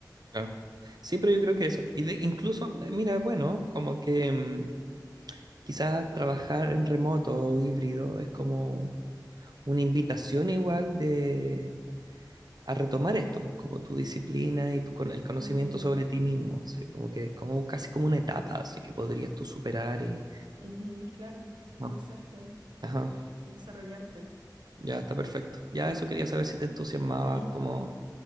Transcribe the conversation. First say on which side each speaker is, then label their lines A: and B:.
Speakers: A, on the right; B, on the right.
A: Claro. Sí, pero yo creo que eso. Y de, incluso, eh, mira, bueno, como que mm, quizás trabajar en remoto o híbrido es como una invitación igual de, a retomar esto, pues, como tu disciplina y tu, con- el conocimiento
B: Ujú,
A: sobre ti mismo, así como que como casi como una etapa, así que podrías tú superar y...
B: ujú, claro,
A: no,
B: conocerte
A: Ajá,
B: y desarrollarte.
A: ya está perfecto. Ya eso quería saber si te entusiasmaba
B: <laughs> Ujú.
A: como